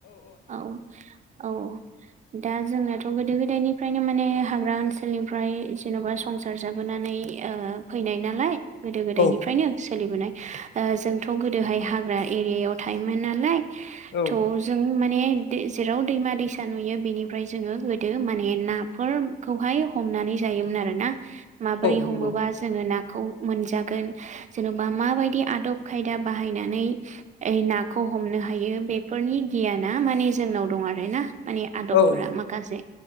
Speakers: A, on the right; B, on the left.
A: औ औ दा जोंनाथ' गोदो गोदायनिफ्रायनो माने हाग्रा ओनसोलनिफ्राय जेन'बा संसार जाबोनानै ओ फैनाय नालाय गोदो गोदायनिफ्रायनो
B: औ
A: सोलिबोनाय ओ जोंथ' गोदोहाय हाग्रा एरियायाव थायोमोन नालाय
B: औ
A: थ' जों माने जेराव दैमा दैसा नुयो बेनिफ्राय जोङो गोदो माने नाफोर खौहाय हमनानै जायोमोन आरो ना माबोरै
B: नंगौ
A: हमोबा जोङो नाखौ मोनजागोन जेन'बा माबायदि आदब खायदा बाहायनानै नाखौ हमनो हायो बेफोरनि गियाना माने जोंनाव दं आर ना माने आदबफोरा
B: औ
A: माखासे